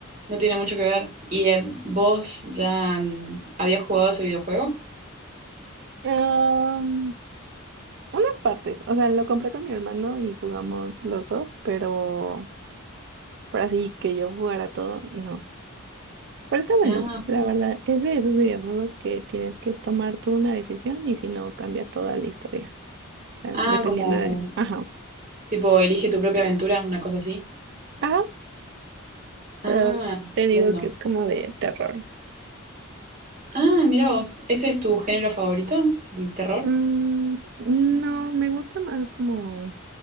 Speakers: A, on the right; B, on the right.
A: no tiene mucho que ver. ¿Y eh, vos ya mm, habías jugado ese videojuego?
B: Am, unas partes, o sea, lo compré con mi hermano y jugamos los dos, pero por así que yo jugara todo, no. Pero está bueno,
A: Ah,
B: la verdad, es de esos videojuegos que tienes que tomar tú una decisión y si no, cambia toda la historia, o sea,
A: ah,
B: dependiendo
A: como
B: de... Ajá,
A: tipo elige tu propia aventura, una cosa así.
B: ajá,
A: Ah,
B: pero te digo
A: entiendo.
B: que es como de terror.
A: Ah, mira vos, ¿ese es tu género favorito? ¿El terror?
B: Mm, no, me gusta más como